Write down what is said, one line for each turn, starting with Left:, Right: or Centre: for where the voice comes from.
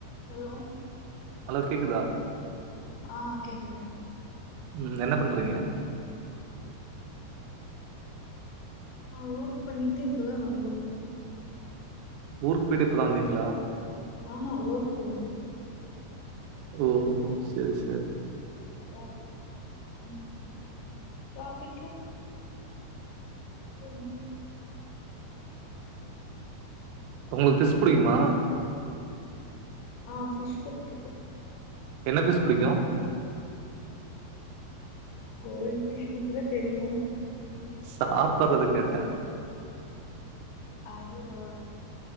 Left: Hello
Right: hello கேக்குதா
Left: ஆ கேக்குது
Right: ம் என்ன பண்றீங்க
Left: ஆ ஓக் பண்ணிட்டு இப்பதா வந்தோ
Right: ஊருக்கு போயிட்டு இப்ப தா வந்தீங்களா
Left: ஆ ஹா ஓக் பண்ணிட்டே
Right: ஓ செரி செரி
Left: யாரு ம் டாபிக்கு பென்னி
Right: உங்களுக்கு ஃபிஷ் புடிக்குமா
Left: ஆ ஃபிஷ் புடிக்கு <unintelligible>
Right: என்ன ஃபிஷ் புடிக்கு
Left: கோல்ட் ஃபிஷ் மட்டுதா தெரியு
Right: சாப்பறது கேட்டே
Left: அதுவா